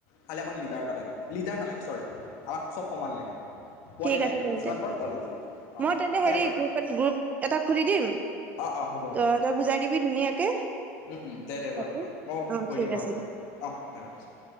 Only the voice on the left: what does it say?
খালি আমাক লিডাৰ এটা লাগে। লিডাৰ নালাগে চৰি আমাক চব সমান লাগে । পোৱালি
লাগে
খালী
যিমান পাৰো পোৱালি দিবি অ
দে বাৰু
অ অ হ'ব হ'ব
ও‌
ও দে দে
বাৰু দে মই
কৈ
দিম বাৰু
দে তাকে অ দে ৰাখিছো ।